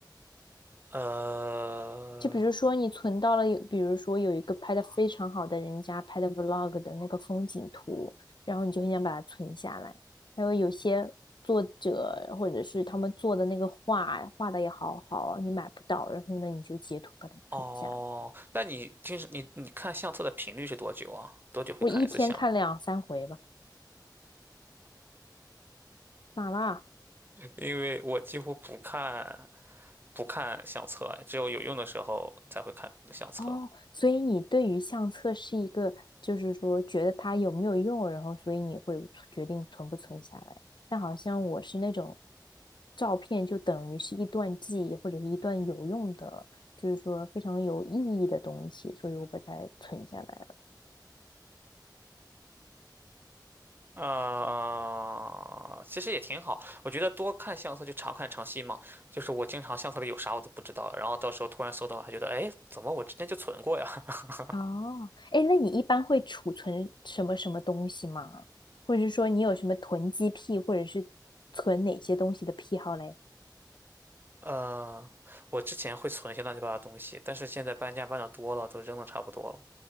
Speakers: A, on the right; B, on the left.
A: 呃，
B: 就比如说你存到了有，比如说有一个拍的非常好的人家拍的 vlog 的那个风景图，然后你就很想把它存下来。还有有些作者或者是他们做的那个画，画的也好好，你买不到，然后呢你就截图把它存下来。
A: 哦，那你平时你你看相册的频率是多久啊？多久会看一次相？
B: 我一天看两三回吧，咋啦？
A: 因为我几乎不看不看相册，只有有用的时候才会看相册。
B: 哦，所以你对于相册是一个，就是说觉得它有没有用，然后所以你会决定存不存下来。但好像我是那种照片就等于是一段记忆或者是一段有用的，就是说非常有意义的东西，所以我把它存下来了。
A: 啊、呃其实也挺好。我觉得多看相册就常看常新嘛。就是我经常相册里有啥我都不知道，然后到时候突然搜到了，还觉得哎，怎么我之前就存过呀？<laughs>
B: 哦，哎，那你一般会储存什么什么东西吗？或者是说你有什么囤积癖，或者是存哪些东西的癖好嘞？
A: 呃，我之前会存一些乱七八糟的东西，但是现在搬家搬的多了，都扔的差不多了。